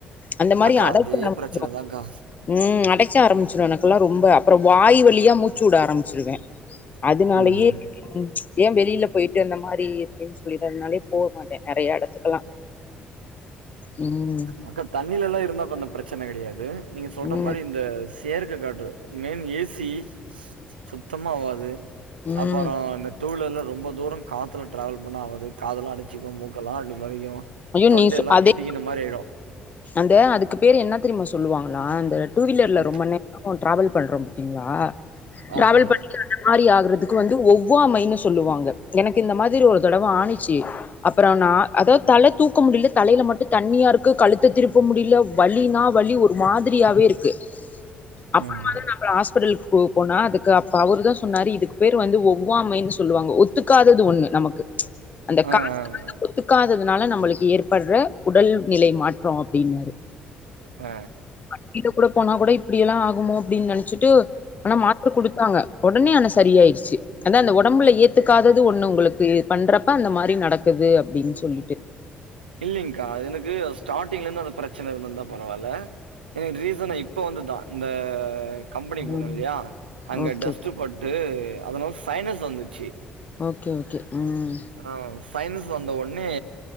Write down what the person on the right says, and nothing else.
அக்கா
அதே
பிரச்சன தான்க்கா
ம்
அக்கா தண்ணிலல்லா இருந்தா அப்ப அந்த பிரச்சன கெடயாது நீங்க சொல்ற
மாரி இந்த தியற்க காற்று மெயின் ஏ சி சுத்தமாவாது
அப்றோ இந்த டூ வீலர் ல ரொம்ப தூரங் காத்துல ட்ராவல் பண்ணா ஆவாது காதலா அடச்சுக்கு மூக்கல்லா அடி வலிக்கு
தொண்டெல்லா
கிட்டிக்கின மாரியாயிடு
ஆ
ஆங்க்கா
ம்
ஆ
ஆ
ஆ
ஆ
இல்லைங்க்கா எனக்கு ஸ்டார்ட்டிங்லேந்து அந்த பிரச்சன இருந்துருந்தா பரவால்ல எனக்கு ரீசன்னா இப்ப வந்துதா இந்த கம்பெனி போன
இல்லயா அங்க
டஸ்ட்டு பட்டு அதனால சைனஸ் வந்துச்சி
ஆ சைனஸ் வந்த ஒட்னே